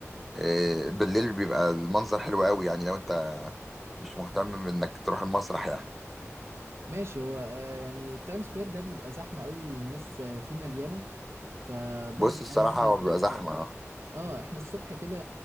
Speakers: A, in the centre; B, on the right (about 55°).
A: إيه، بالليل بيبقى المنظر حلو قوي يعني لو انت مش مهتم انك تروح المسرح يعني
B: ماشي هو آه، يعني تايم سكوير ده بيبقى زحمة قوي والناس آه، فيه مليانة فبرضه
A: بص الصراحة
B: يعني احنا
A: هو
B: فوق
A: بيبقى زحمة اه
B: اه احنا الصبح كده